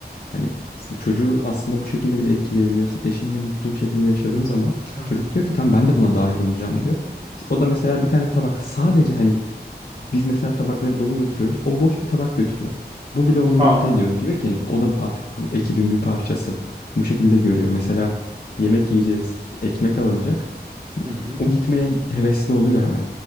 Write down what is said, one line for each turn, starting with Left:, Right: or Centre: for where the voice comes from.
Left: Hani bu çocuğu aslında bu şekilde bile etkileyebiliyorsun. Eşinle mutlu bir şekilde yaşadığın zaman
Right: Ha,
Left: çocuk diyor ki tam ben de buna dahil olacağım diyor. O da mesela bir tane tabak sadece hani biz mesela tabakları dolu götürüyoruz. O boş bir tabak götürüyor. Bu bile onu mutlu
Right: Anladım.
Left: ediyor. Diyor ki hani o da artık bu ekibin bir parçası. Bu şekilde görüyor. Mesela yemek yiyeceğiz, ekmek alınacak.
Right: Hı hı.
Left: O gitmeye hevesli oluyor hemen.